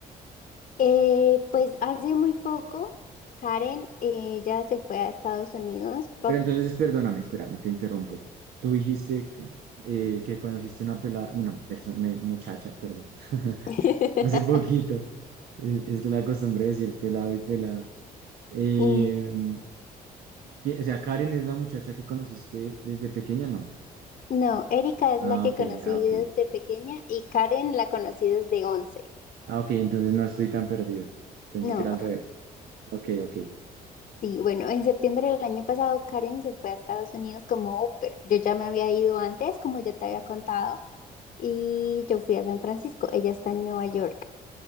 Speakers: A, on the left; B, on the right.
A: Eh, pues hace muy poco, Karen, eh, ya se fue a Estados Unidos. po-
B: Pero entonces, perdóname, espérame, te interrumpo. Tú dijiste que eh, que conociste una pelada, bueno, persona muchacha, perdón, <laughs>
A: <laughs>
B: hace poquito. Es, es que la costumbre de decir pelado y pelada. Em,
A: Mm.
B: que- o sea, Karen es la muchacha que conociste desde pequeña, ¿no?
A: No, Erika es
B: Ah,
A: la que
B: ok,
A: conocí
B: ah, ok.
A: desde pequeña y Karen la conocí desde 11.
B: Ah, ok, entonces no estoy tan perdido. Pensé
A: No,
B: que era al revés. Ok, ok.
A: sí, bueno, en septiembre del año pasado Karen se fue a Estados Unidos como au pair. Yo ya me había ido antes, como ya te había contado, y yo fui a San Francisco. Ella está en Nueva York